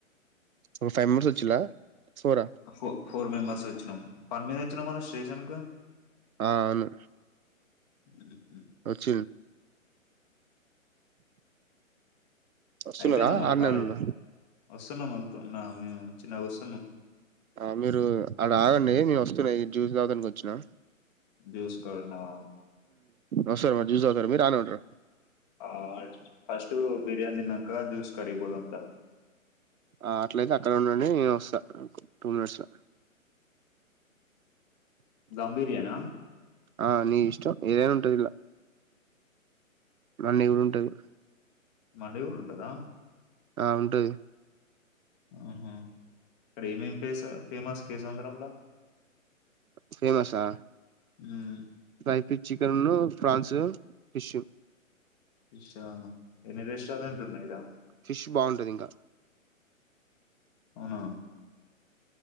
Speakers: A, on the right; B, on the left.
A: ఓ ఫైవ్ మెంబర్స్ వచ్చిలా సోర
B: ఫో ఫోర్ మెంబర్స్ వచ్చినాం పని మీద వచ్చినా మ స్టేషన్ కు
A: ఆ అవును
B: ఉమ్
A: వచ్చ వస్తున్నార
B: అయిపోయిందా మరి
A: ఆన్నె
B: కాలేజ్
A: ఉన్నర
B: వస్తున్నాం మళ్తోన్నా మేము చిన్నగా వస్తున్నా
A: ఆ మీరు అడ ఆగండి మేమొ జ్యూస్ తాగడానికి వచ్చినా
B: జ్యూస్ కాడున్నవ
A: వస్తర మరి జ్యూస్ తాగుతార మీరు ఆడనే ఉంటారా
B: ఆ ఫస్టు బిర్యానీ తిన్నాక జ్యూస్ కాడికి పోదాం దా
A: ఆ అట్లయితే అక్కడ ఉండండి నేను వస్తా టూ మినిట్స్ లో
B: ధమ్ బిర్యానా
A: ఆ నీ ఇష్టం ఏదైనా ఉంటది ఇలా అన్నీ కూడా ఉంటది
B: మల్లి కూడా ఉంటదా
A: ఆ ఉంటది
B: ఆహా అక్కడ ఏమేం ఫేస్ ఫేమస్ కే సంద్రంలా
A: ఫేమసా
B: హ్మ్
A: టై పీ చికెన్లు ఫ్రాన్స్ ఫిష్
B: ఫా ఎన్ని రెస్టారెంట్లు ఉన్నాయిడా
A: ఫిష్ బాగుంటది ఇంకా
B: అవునా